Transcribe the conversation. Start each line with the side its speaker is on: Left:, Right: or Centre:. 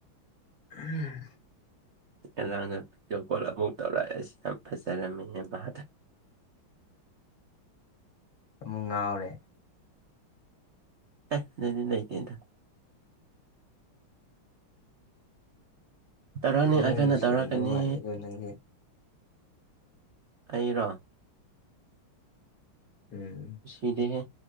Left: ꯎꯝ
Right: ꯑꯉꯥꯡꯗ ꯚꯤꯗꯤꯑꯣ ꯀꯣꯜ ꯑꯃꯨꯛ ꯇꯧꯔꯛꯑꯦ ꯑꯁꯤ ꯌꯥꯝ ꯐꯖꯔꯝꯃꯤꯅꯦꯗ
Left: ꯑꯃꯨꯛ ꯉꯥꯎꯔꯦ
Right: ꯑꯦ ꯅꯪꯅꯦꯏꯇꯦ ꯇꯧꯔꯛꯅꯤꯡꯉ
Left: ꯅ ꯃꯣꯏ
Right: ꯀꯥꯟꯗ
Left: ꯅꯨꯡꯁꯤ
Right: ꯇꯧꯔꯛꯀꯅꯤ
Left: ꯌꯥꯝꯗꯧ ꯋꯥꯅꯤꯦ ꯀꯩꯅꯣ ꯅꯪꯁꯦ
Right: ꯑꯩꯅ
Left: ꯎꯝ
Right: ꯇꯁꯤꯗꯦ